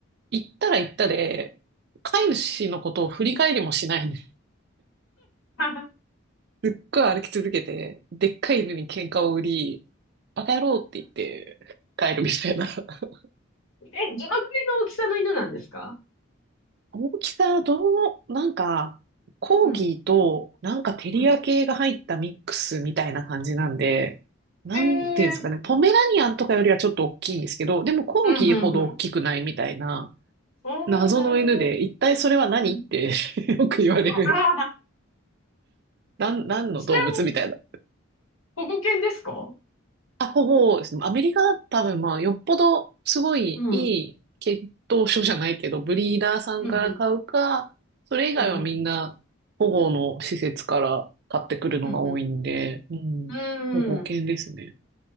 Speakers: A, on the right; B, on the left.
A: 行ったら行ったで、飼い主のことを振り返りもしないんで
B: <laughs>
A: すっごい歩き続けて、でっかい犬に喧嘩を売り、バカ野郎って言って帰るみたいな。<laughs>
B: え、どのくらいの大きさの犬なんですか
A: 大きさ、どう、なんか、コーギーと、
B: うん。
A: なんかテリア系が入ったミックスみたいな感じなんで、
B: うん。
A: なんていうんですかね、
B: ええー、
A: ポメラニアンとかよりはちょっと大きいんですけど、でもコーギーほど大きくないみたいな、
B: うん、うん、うん。おー、
A: 謎の犬で、
B: なるほど。
A: 一体それは何って
B: うん。
A: <laughs> よく言われる。
B: <laughs> ああ、
A: なん、何の動物みたいな。
B: それを保護犬ですか
A: あ、ほぼですね。アメリカは多分まあ、よっぽどすごいいい血統書じゃないけど、
B: うん。うん、
A: ブリーダーさんから買うか、
B: うん、
A: それ以外はみんな保護の施設から買ってくるのが多いんで、
B: うん、うん。うんうん
A: うん、
B: うんうーん。
A: 保護犬ですね。